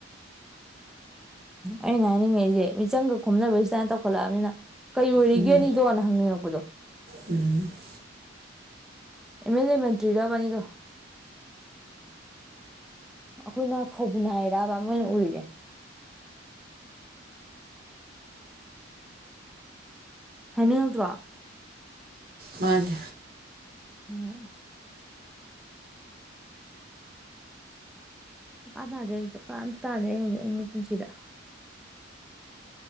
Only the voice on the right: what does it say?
ꯎꯝ
ꯎꯝ <unintelligible> <inaudible>
ꯃꯣꯏꯅꯤ